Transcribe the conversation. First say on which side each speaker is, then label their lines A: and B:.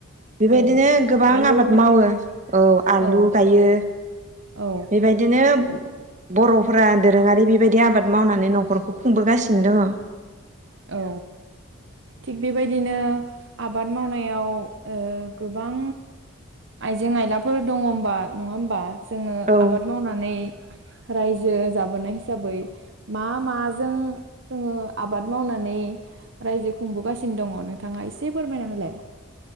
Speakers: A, on the right; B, on the right.
A: बेबायदिनो
B: औ
A: गोबां
B: आलु
A: आबाद मावो औ आलु
B: औ
A: गायो।
B: औ
A: बेबायदिनो बर'फोरा दोरोङारि बेबायदि आबाद मावनानै न'खरखौ खुंबोगासिनो दङो।
B: औ थिग बेबायदिनो आबाद मावनायाव ओ गोबां आइजें आइलाफोर दङ होबा नङा होमबा? जोङो
A: औ
B: आबाद मावनानै रायजो जाबोनाय हिसाबै मा माजों जोङो आबाद मावनानै रायजो खुंबोगासिनो दङ' नोंथाङा एसे फोरमायना होलाय